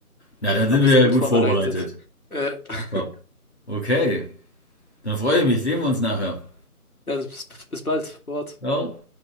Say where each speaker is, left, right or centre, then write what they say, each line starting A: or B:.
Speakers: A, on the left; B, on the left.
A: Na,
B: Ich
A: dann
B: glaube,
A: sind
B: wir
A: wir
B: sind gut
A: ja gut
B: vorbereitet.
A: vorbereitet.
B: Äh, <laughs>
A: Top. Okay. Dann freue ich mich, sehen wir uns nachher.
B: ja, bis, bis bald. Fort.
A: Ciao.